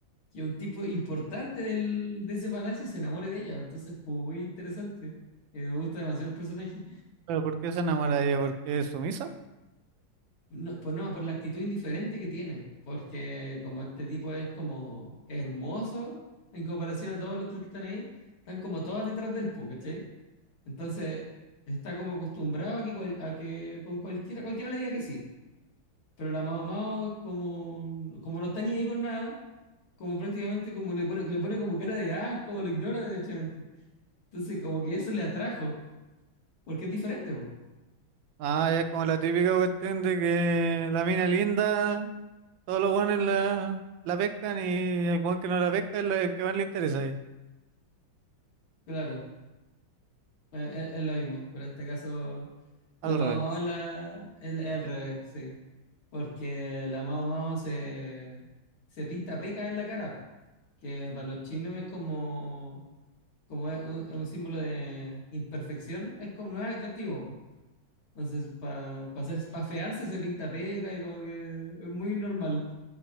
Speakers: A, on the left; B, on the right.
A: que un tipo importante del, de ese palacio se enamore de ella. Entonces, como muy interesante. Eh, me gusta demasiado el personaje.
B: ¿Pero por qué se enamora de ella? ¿Por qué es sumisa?
A: No, pues no, por la actitud indiferente que tiene. Porque como este tipo es como hermoso en comparación a todos los otros que están ahí, están como todas detrás del po, ¿cachai? Entonces, está como acostumbrado a que, cual- a que con cualquiera, cualquiera le diga que sí. Pero la Mao Mao, como, como no está ni ahí con nada, como prácticamente como le pone, le pone como cara de asco, lo ignora derechamente. Entonces, como que eso le atrajo, porque es diferente, pues
B: Ah, ya es como la típica cuestión de que la mina linda, todos los buenos la, la pescan y el buen que no la pesca es la- el que más le interesa ahí.
A: Claro, eh, es, es lo mismo, pero en este caso,
B: Al
A: la Mao
B: revés.
A: Mao es, la, es- es al revés, sí. Porque la Mao Mao se, se pinta peca en la cara, que para los chinos es como, como es un, es un símbolo de imperfección, es como no es atractivo, po. Entonces, para hacer, para fearse se pinta peca y como que es muy normal.